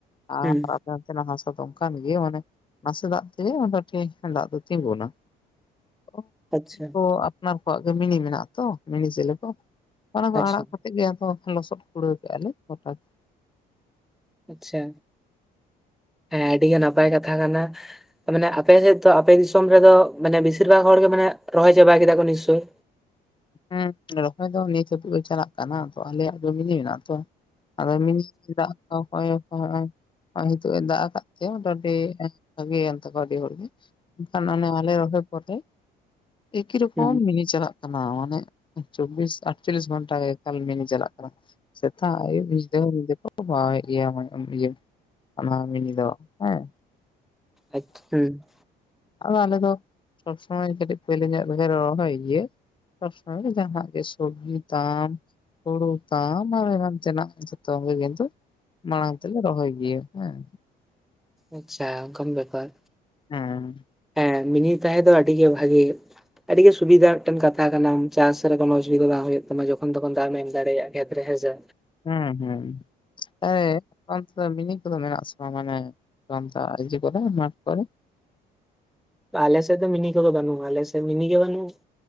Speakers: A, on the left (about 30°); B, in the centre.
A: ᱟᱨ
B: ᱦᱩᱸ
A: ᱱᱚᱱᱛᱮᱱᱟᱜ ᱦᱟᱥᱟ ᱫᱚ ᱚᱱᱠᱟᱱ ᱜᱮ ᱢᱟᱱᱮ ᱱᱟᱥᱮ ᱫᱟᱜ ᱛᱮ ᱜᱮ ᱢᱳᱴᱟᱢᱩᱴᱤ ᱫᱟᱜ ᱫᱚ ᱛᱤᱸᱜᱩᱱᱟ ᱚ
B: ᱟᱪᱪᱷᱟ
A: ᱠᱚ ᱟᱯᱱᱟᱨ ᱠᱚᱣᱟᱜ ᱜᱮ ᱢᱤᱱᱤ ᱢᱮᱱᱟᱜ-ᱟ ᱛᱚ ᱢᱤᱱᱤ ᱥᱮᱞᱳ ᱠᱚ ᱚᱱᱟ ᱠᱚ
B: ᱟᱪᱪᱷᱟ
A: ᱟᱲᱟᱜ ᱠᱟᱛᱮᱜ ᱜᱮ ᱟᱫᱚ ᱞᱚᱥᱚᱫ ᱠᱩᱲᱟᱹᱣ ᱠᱟᱜᱼᱟ ᱞᱮ ᱦᱚᱴᱟᱛ
B: ᱟᱪᱪᱷᱟ ᱮᱸ ᱟᱹᱰᱤᱜᱮ ᱱᱟᱯᱟᱭ ᱠᱟᱛᱷᱟ ᱠᱟᱱᱟ ᱢᱟᱱᱮ ᱟᱯᱮ ᱥᱮᱫ ᱛᱚ ᱟᱯᱮ ᱫᱤᱥᱚᱢ ᱨᱮᱫᱚ ᱢᱟᱱᱮ ᱵᱮᱥᱤᱨ ᱵᱷᱟᱜ ᱦᱚᱲ ᱜᱮ ᱢᱟᱱᱮ ᱨᱚᱦᱚᱭ ᱪᱟᱵᱟ ᱠᱮᱫᱟ ᱠᱚ ᱱᱤᱥᱪᱳᱭ
A: ᱦᱮᱸ ᱨᱚᱦᱚᱭ ᱫᱚ ᱱᱤᱛ ᱦᱟᱹᱵᱤᱡ ᱦᱚ ᱪᱟᱞᱟᱜ ᱠᱟᱱᱟ ᱛᱚ ᱟᱞᱮᱭᱟᱜ ᱫᱚ ᱢᱤᱱᱤ ᱢᱮᱱᱟᱜᱼᱟ ᱛᱚ ᱟᱫᱚ ᱢᱤᱱᱤ ᱫᱟᱜ ᱛᱚ <unintelligible> ᱦᱚᱜ ᱚ ᱦᱤᱛᱚᱜ-ᱮ ᱫᱟᱜ ᱟᱠᱟᱫ ᱛᱮ ᱢᱚᱴᱟᱢᱩᱴᱤ ᱟᱹᱰᱤ ᱵᱷᱟᱜᱤᱭᱮᱱ ᱛᱟᱠᱚᱣᱟ ᱟᱹᱰᱤ ᱦᱚᱲ ᱜᱮ ᱮᱱᱠᱷᱟᱱ ᱚᱱᱮ ᱟᱞᱮ ᱨᱚᱦᱚᱭ ᱯᱚᱨᱮ ᱮᱠᱤ ᱨᱚᱠᱚᱢ
B: ᱦᱩᱸ
A: ᱢᱤᱱᱤ ᱪᱟᱞᱟᱜ ᱠᱟᱱᱟ ᱪᱚᱵᱽᱵᱤᱥ ᱟᱴᱪᱚᱞᱞᱤᱥ ᱜᱷᱚᱱᱴᱟ ᱜᱮ ᱮᱠᱟᱞ ᱢᱤᱱᱤ ᱪᱟᱞᱟᱜ ᱠᱟᱱᱟ ᱥᱮᱛᱜ ᱟᱭᱩᱵ ᱧᱤᱫᱟᱹ ᱦᱚᱸ ᱧᱤᱫᱟᱹ ᱠᱚ ᱠᱚ ᱯᱟᱶᱮᱫ ᱜᱮᱭᱟ ᱤᱭᱟ. ᱚᱱᱟ ᱢᱤᱱᱤ ᱫᱚ ᱦᱮᱸ
B: ᱟᱪᱪᱷᱟ ᱦᱩᱸ
A: ᱟᱫᱚ ᱟᱞᱮ ᱫᱚ ᱥᱚᱵ ᱥᱚᱢᱚᱭ ᱠᱟᱹᱴᱤᱡ ᱯᱳᱭᱞᱳ ᱧᱚᱜ ᱨᱮᱜᱮ ᱞᱮ ᱨᱚᱦᱚᱭ ᱜᱮᱭᱟ ᱥᱚᱵ ᱥᱚᱢᱚᱭ ᱜᱮ ᱡᱟᱦᱟᱸᱱᱟ ᱜᱮ ᱥᱚᱵᱽᱡᱤ ᱛᱟᱢ ᱦᱳᱲᱳ ᱛᱟᱢ ᱟᱨᱦᱚᱸ ᱮᱢᱟᱱ ᱛᱮᱱᱟᱜ ᱡᱷᱛᱚ ᱜᱮ ᱠᱤᱱᱛᱩ ᱢᱟᱲᱟᱝ ᱛᱮᱞᱮ ᱨᱚᱦᱚᱭ ᱜᱮᱭᱟ ᱦᱮᱸ
B: ᱟᱪᱪᱷᱟ ᱚᱱᱠᱟᱱ ᱵᱮᱯᱟᱨ
A: ᱦᱮᱸ
B: ᱦᱮᱸ ᱢᱤᱱᱤ ᱛᱟᱦᱮᱸ ᱫᱚ ᱟᱹᱰᱤ ᱜᱮ ᱵᱷᱟᱜᱮ ᱟᱹᱰᱤ ᱜᱮ ᱥᱩᱵᱤᱫᱷᱟ ᱢᱤᱫᱴᱮᱱ ᱠᱟᱛᱷᱟ ᱠᱟᱱᱟᱢ ᱪᱟᱥ ᱨᱮ ᱠᱚᱱᱳ ᱚᱥᱩᱵᱤᱫᱟ ᱵᱟᱝ ᱦᱩᱭᱩᱜ ᱛᱟᱢᱟ ᱡᱚᱠᱷᱚᱱ ᱛᱚᱠᱷᱚᱱ ᱫᱟᱜᱮᱢ ᱮᱢ ᱫᱟᱲᱮᱭᱟᱜ ᱠᱷᱮᱛ ᱨᱮ ᱦᱮᱸᱥᱮ
A: ᱦᱩᱸ ᱦᱩᱸ ᱮ ᱟᱯᱮ ᱚᱱᱛᱮ ᱫᱚ ᱢᱤᱱᱤ ᱠᱚᱫᱚ ᱢᱮᱱᱟᱜ ᱟ ᱥᱮ ᱵᱟᱝ ᱢᱟᱱᱮ <unintelligible> ᱠᱚᱨᱮ ᱢᱟᱴ ᱠᱚᱨᱮ
B: ᱟᱞᱮ ᱥᱮᱫ ᱫᱚ ᱢᱤᱱᱤ ᱠᱚᱫᱚ ᱵᱟᱹᱱᱩᱜ-ᱟ ᱟᱞᱮ ᱥᱮᱫ ᱢᱤᱱᱤ ᱜᱮ ᱵᱟᱹᱱᱩᱜ-ᱟ